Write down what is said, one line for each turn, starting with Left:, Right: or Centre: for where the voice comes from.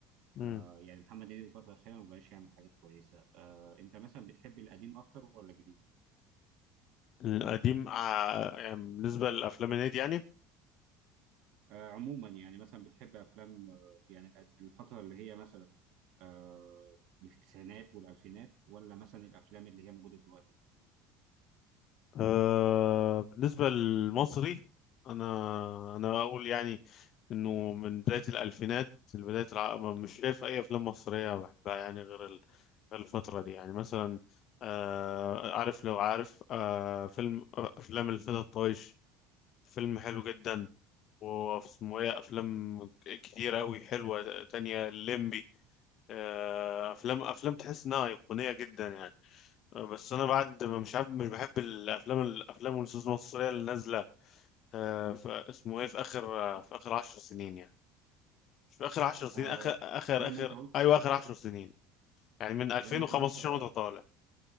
Left: امم
Right: آه يعني محمد هنيدي الفتره الاخيره ما بقاش يعمل حاجات كويسه آه انت مثلا بتحب القديم اكتر ولا الجديد
Left: القديم آه، يعني بالنسبه للافلام الهندي يعني
Right: آه عموما يعني مثلا بتحب افلام آه يعني الأد- الفتره اللي هي مثلا آه اللي في التسعينات والالفينات ولا مثلا الافلام اللي هي موجوده دلوقتي
Left: آه... بالنسبه للمصري انا انا اقول يعني انه من بدايه الالفينات لبدايه الع... مش شايف اي افلام مصريه بحبها يعني غير ال... غير الفتره دي يعني مثلا آه... عارف لو عارف آه... فيلم آه، افلام الفتى الطايش فيلم حلو جدا واسمه ايه افلام كتيرة قوي حلوة تانية الليمبي آه، افلام افلام تحس انها ايقونية جدا يعني آه، بس انا بعد ما مش عارف مش بحب الافلام الافلام والنصوص المصرية اللي نازلة آه، ف- اسمه ايه في اخر آه، في اخر عشر سنين يعني مش في اخر عشر سنين
Right: آه
Left: اخر اخر
Right: زي
Left: اخر
Right: ما انت قلت
Left: ايوه اخر عشر سنين يعني من 2015
Right: زي ما انت قلت اه
Left: وانت طالع